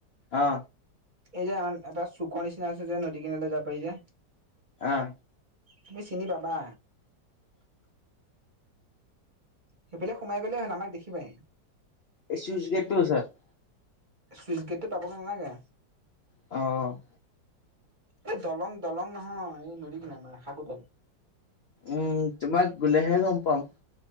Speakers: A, on the left; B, on the right.
A: অ
B: এই যে আমা এটা চুক নিচিনা আছে যে নদী কিনাৰে যাব পাৰি যে।
A: আহ।
B: তুমি চিনি পাবা। সেইফালে সোমাই গ'লেই হল আমাক দেখিবাই।
A: এ চুইজ গেট টোৰ ওচৰত।
B: চুইচ গেটটো পাবগৈ নালাগে।
A: অ'
B: এই দলং, দলং নহয়। এই নদী কিনাৰত মানে শাকোতল।
A: উম, তোমাৰ গ'লে হে লগ পাম।